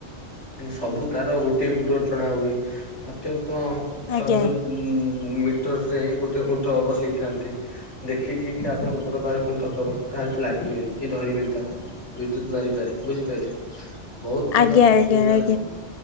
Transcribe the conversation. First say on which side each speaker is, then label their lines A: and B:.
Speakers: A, on the left; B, on the left.
A: ସବୁ ତାର ଗୋଟିଏ ଖୁଣ୍ଟୁ ଅ ଟଣା ହୁଏ ପ୍ରତ୍ୟେକ ଶହେରୁ
B: ଆଜ୍ଞା
A: ଉଁ ମିଟର ରେ ଗୋଟେ ଖୁଣ୍ଟ ବସେଇଥାନ୍ତି। ଦେଖିକି କି ଆପଣଙ୍କ ଘର ବାହାରେ କଣ ତରବ ତାତେ ଲାଗିବେନି କି ଧରିବେନି ତାକୁ ବିଦ୍ୟୁତ ମାରିପାରେ ବୁଝିପାରିଲେ। ବହୁତ ପ୍ରକାର
B: ଆଜ୍ଞା
A: ଅସୁବିଧା
B: ଆଜ୍ଞା ଆଜ୍ଞା
A: ଅଛି